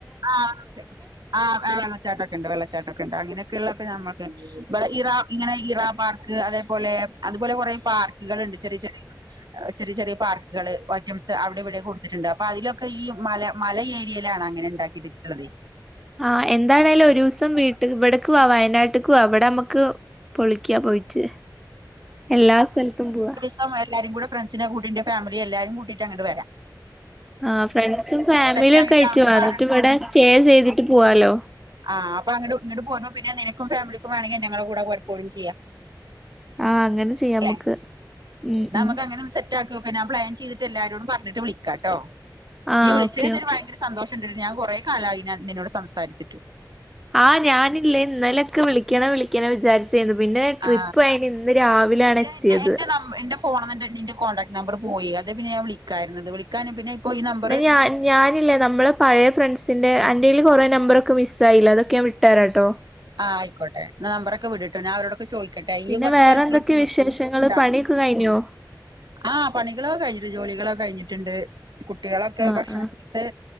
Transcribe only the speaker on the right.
ആഹ് ച്ചാ ആഹ് വെള്ളച്ചാട്ടൊക്കെണ്ട് വെള്ളച്ചാട്ടൊക്കെയ്ണ്ട് അങ്ങനെയെക്കെള്ളക്കെ നമ്മൾക്ക് <unintelligible> ബടെ ഇറ ഇങ്ങനെ ഇറാ പാർക്ക് അതേപോലെ അതുപോലെ കുറേ പാർക്കുകൾ ഉണ്ട് ചെറ്യേ ചെറ്യേ ചെറിയ ചെറിയ പാർക്കുകള് ഒറ്റംസ് അവിടെ ഇവിടെ കൊടുത്തിട്ടുണ്ട് അപ്പൊ അതിലൊക്കെ ഈ മല മല ഏരിയയിലാണ് അങ്ങനെ ഇണ്ടാ വിഭജ്ച്ച്ട്ട്ള്ളതേ
ത്തം എല്ലാരിം ക്കൂടെ ഫ്രണ്ട്സിനെ ഒക്കെ കൂട്ടിന്റെ ഫമിലി എല്ലാരിം കൂട്ടിയിട്ട് അങ്ങണ്ട് വെരാ
സെറ്റ്
ആയിട്ട്
അവിടുന്ന്
വേറെ
ആഹ് അപ്പൊ അങ്ങണ്ടു ഇങ്ങണ്ട് പോരുമ്പോ പിന്നെ നിനക്കും ഫാമിലിക്കും വേണെങ്കിൽ ഞങ്ങടെ കൂടെ പോരും ചെയ്യാ
ഏ
ന്നാമ്മക്ക്
അങ്ങനെ ഒന്ന് സെ റ്റാക്കിയോക്കാ ഞാൻ പ്ലാൻ ചെയ്തിട്ട് എല്ലാരോടും പർഞ്ഞിട്ട് വിളിക്കാട്ടോ
ഇയ്യ് വിളിച്ച്
ഏതായാലും
ഭയങ്കര സന്തോഷയി ട്ട്ണ്ട് ഞാൻ കൊറെ കാലായി ഞാൻ നിന്നോട് സംസാരിച്ചിട്ട്
ആ
പിന്നെ
എന്റെ എന്റെ നമ്പ- എന്റെ ഫോണ്ന്ന് ന്റെ നിന്റെ കോൺടാക്ട് നമ്പർ പോയേയ് അതേ പിന്നെ ഞാ വിളിക്കാര്ന്നത് വിളിക്കാന് പിന്നെ ഇപ്പൊ ഈ നമ്പറ്
ആഹ് അയ്ക്കോട്ടെ ന്നാ നമ്പറൊക്കെ വിട് ട്ടോ ഞാ അവരോടൊക്കെ ചോയ് ക്കട്ടെ ഇയ്യും
കൊർച്ച്
ഫ്രണ്ട്സിലോൽക്ക്
വിളിക്കു
ട്ടാ
ആഹ് പണികളൊക്കെ കഴിഞ്ഞിട്ട് ജോലികളൊക്കെ കഴിഞ്ഞിട്ടുണ്ട് കുട്ടികളൊക്കെ
ഭക്ഷണം
ട്ട്